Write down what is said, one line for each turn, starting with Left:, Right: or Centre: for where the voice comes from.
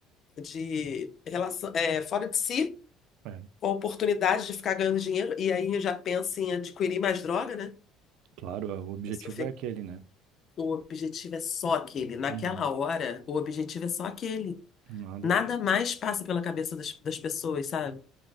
Left: de relação, é, fora de si
Right: É.
Left: com a oportunidade de ficar ganhando dinheiro, e aí já pensa em adquirir mais droga, né? A
Right: Claro, é, o objetivo
Left: pessoa fica.
Right: é aquele, né?
Left: O objetivo é só aquele. Naquela
Right: Uhum.
Left: hora, o objetivo é só aquele.
Right: Nada.
Left: Nada mais passa pela cabeça das, das pessoas, sabe?